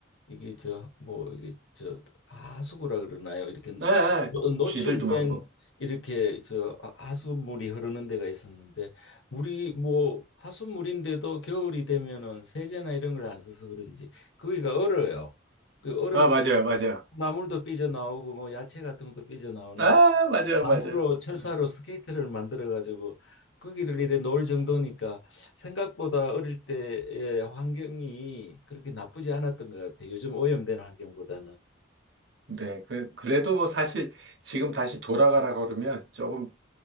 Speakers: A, on the left; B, on the right.
A: 이게 저 뭐 이게 저 하수구라 그러나요? 이렇게
B: 아, 아,
A: 노- 노출된
B: 쥐들도 많고.
A: 이렇게 저 하수물이 흐르는 데가 있었는데 물이 뭐 하수물인데도 겨울이 되면은 세제나 이런 걸 안 써서 그런지 거기가 얼어요. 그 얼음
B: 아, 맞아요, 맞아요.
A: 나물도 삐져 나오고 뭐 야채 같은 것도 삐져
B: 아, 맞아요,
A: 나무로
B: 맞아요.
A: 철사로
B: 어,
A: 스케이트를 만들어 가지고 거기를 이래 놓을 정도니까 생각보다 어릴 때의 환경이 그렇게 나쁘지 않았던 것 같아요. 요즘 오염된 환경보다는.
B: 네, 그, 그래도 뭐 사실 지금 다시 돌아가라고 그러면 조금